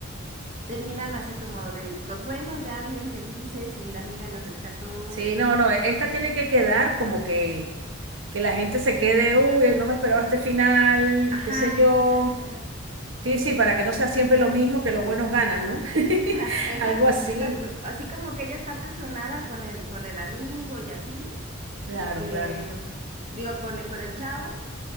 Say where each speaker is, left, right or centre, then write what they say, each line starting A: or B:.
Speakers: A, on the right; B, on the right.
A: terminan así como de los buenos ya viven felices y la amiga la rescató
B: Sí,
A: y así.
B: no, no, e, esta tiene que quedar como que, que la gente se quede, uy, no me esperaba este final,
A: Ajá,
B: qué sé yo.
A: ajá.
B: Sí, sí, para que no sea siempre lo mismo que los buenos ganan, ¿no? <laughs>
A: <laughs> Exacto,
B: Algo así.
A: exacto. Así como que ella está presionada con el, con el amigo y así,
B: Claro,
A: y que,
B: claro.
A: digo, con el, con el chavo,